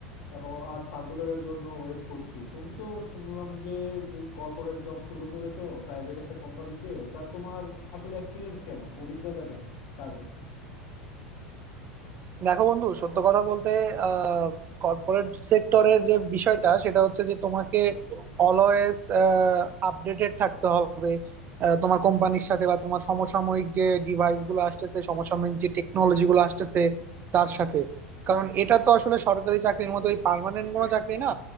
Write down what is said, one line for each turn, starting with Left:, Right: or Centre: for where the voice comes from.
Left: এখন আর সার্কুলারের জন্য ওয়েট করছি তুমি তো শুনলাম যে কর্পোরেট জব শুরু করেছো প্রাইভেট একটা কোম্পানিতে তা তোমার আসলে এক্সপিরিয়েন্স কেমন অভিজ্ঞতা কেমন কাজে
Right: দেখো বন্ধু সত্য কথা বলতে আহ কর্পোরেট সেক্টরের যে বিষয়টা সেটা হচ্ছে যে তোমাকে অলওয়েজ আপডেটেড থাকতে হবে আহ, তোমার কোম্পানির সাথে বা তোমার সমসাময়িক যে ডিভাইস গুলো আসতেছে সমসাময়িক যে টেকনোলজি গুলো আসতেছে তার সাথে কারণ এটা তো আসলে সরকারি চাকরির মতো এই পার্মানেন্ট কোনো চাকরি না